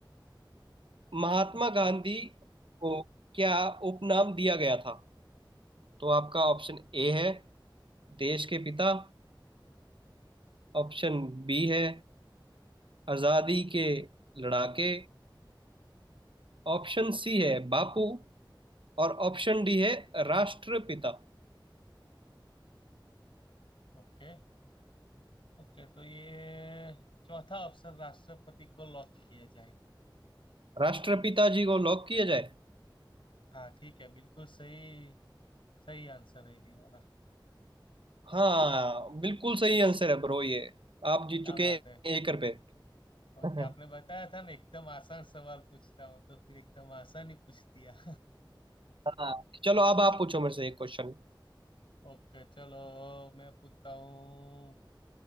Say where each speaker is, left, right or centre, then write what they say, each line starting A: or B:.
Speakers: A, on the right; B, on the left.
A: महात्मा
B: ओके
A: गांधी को क्या उपनाम दिया गया था तो आपका ऑप्शन ए है देश के पिता ऑप्शन बी है आजादी के लड़ाके ऑप्शन सी है बापू और ऑप्शन डी है राष्ट्रपिता
B: ओके ओके तो ये चौथा ऑप्शन राष्ट्रपति को लॉक किया जाए
A: राष्ट्रपिता जी को लॉक किया जाए
B: हाँ ठीक है बिल्कुल सही सही आंसर है ये वाला
A: हाँ बिल्कुल सही आंसर है ब्रो ये आप जीत
B: क्या
A: चुके
B: बात
A: हैं
B: है
A: एक रुपए
B: ओके
A: <laughs>
B: आपने बताया था ना एकदम आसान सवाल पूछता हूँ तो फिर एकदम आसान ही पूछ दिया
A: हाँ चलो अब आप पूछो मेरे से एक क्वेश्चन
B: <laughs> ओके चलो मैं पूछता हूँ